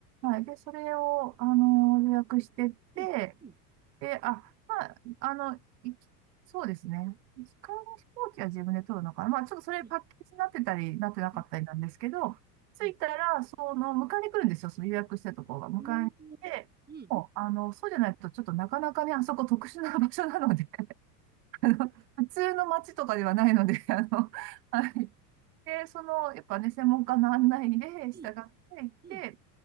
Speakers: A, on the right; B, on the right.
A: はい。で、それを、あの、予約してって、
B: うんうん
A: で、あ、まあ、あの、いきそうですね。機械の飛行機は自分で取るのかな。まあ、ちょっとそれパッケージになってたり、
B: うん
A: なってなかったりなんですけど、
B: うんうん
A: 着いたら、
B: う
A: その、迎えに来るんですよ。その予約したところが。迎えに来て、
B: んうん
A: もう、あの、そうじゃないと、ちょっとなかなかね、あそこ特殊な場所なので、<laughs> あの、普通の街とかではないので、あの、はいで、その、やっぱね、専門家の案内で従っていって、
B: うん。うん。